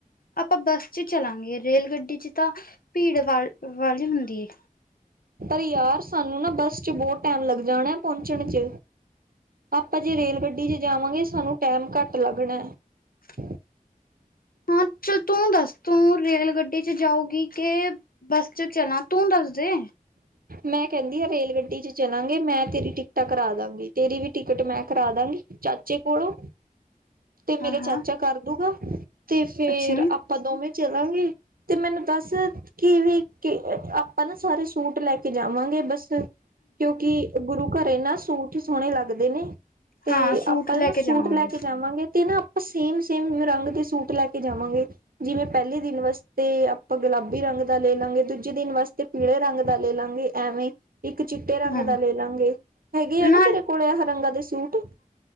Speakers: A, on the left; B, on the right.
A: ਆਪਾਂ ਬੱਸ ਚ ਚਲਾਂਗੇ, ਰੇਲ ਗੱਡੀ ਚ ਤਾਂ ਭੀੜ ਵਾਲ ਵਾਲੀ ਹੁੰਦੀ ਏ।
B: ਪਰ ਯਾਰ ਸਾਨੂੰ ਨਾ ਬੱਸ ਚ ਬਹੁਤ ਟੈਮ ਲੱਗ ਜਾਣਾ ਹੈ ਪਹੁੰਚਣ ਚ ਆਪਾਂ ਜੇ ਰੇਲ ਗੱਡੀ ਚ ਜਾਵਾਂਗੇ ਸਾਨੂੰ ਟੈਮ ਘੱਟ ਲੱਗਣਾ ਐ।
A: <inaudible> ਹਾਂ, ਚਲ ਤੂੰ ਦੱਸ ਤੂੰ ਰੇਲ ਗੱਡੀ ਚ ਜਾਊਗੀ ਕਿ ਬੱਸ ਚ ਚਲਾਂ ਤੂੰ ਦੱਸ ਜੇ
B: ਮੈਂ ਕਹਿੰਦੀ ਆ, ਰੇਲ ਗੱਡੀ ਚ ਚਲਾਂਗੇ ਮੈਂ ਤੇਰੀ ਟਿਕਟਾਂ ਕਰਾ ਦਾਂਗੀ। ਤੇਰੀ ਵੀ ਟਿਕਟ ਮੈਂ ਕਰਾ ਦਾਂਗੀ। ਚਾਚੇ ਕੋਲੋਂ ਤੇ
A: ਹਾਂ
B: ਮੇਰਾ ਚਾਚਾ
A: ਹਾਂ
B: ਕਰ ਦੂਗਾ। ਤੇ ਫੇਰ
A: ਅੱਛਾ ਹਾਂ
B: ਆਪਾਂ ਦੋਵੇਂ ਚਲਾਂਗੇ। ਤੇ ਮੈਨੂੰ ਦੱਸ ਕਿ ਵੀ ਕਿ ਅ ਆਪਾਂ ਨਾ ਸਾਰੇ ਸੂਟ ਲੈ ਕੇ ਜਾਵਾਂਗੇ, ਬਸ ਕਿਉਂਕਿ ਗੁਰੂ ਘਰੇ ਨਾ ਸੂਟ ਸੋਣੇ ਲਾੱਗਦੇ ਨੇ। ਤੇ
A: ਹਾਂ ਸੂਟ
B: ਆਪਾਂ
A: ਲੈ
B: ਨਾ
A: ਕੇ
B: ਸੂਟ
A: ਜਾਵਾਂਗੇ
B: ਲੈ ਕੇ ਜਾਵਾਂਗੇ ਤੇ ਨਾ ਸੇਮ ਸੇਮ ਰੰਗ ਦੇ ਸੂਟ ਲੈ ਕੇ ਜਾਵਾਂਗੇ, ਜਿਵੇਂ ਪਹਿਲੇ ਦਿਨ ਵਸਤੇ ਆਪਾਂ ਗੁਲਾਬੀ ਰੰਗ ਰੰਗ ਦਾ ਲੈ ਲਾਂਗੇ, ਦੂਜੇ ਦਿਨ ਵਾਸਤੇ ਪੀਲੇ ਰੰਗ ਦਾ ਲੈ ਲਾਂਗੇ, ਐਵੇਂ ਇੱਕ ਚਿੱਟੇ ਰੰਗ
A: ਹਾਂ
B: ਦਾ ਲੈ ਲਾਂਗੇ, ਹੈਗੇ ਆ ਨਾ
A: ਨਾਲ
B: ਤੇਰੇ ਕੋਲ ਆ ਰੰਗਾਂ ਦੇ ਸੂਟ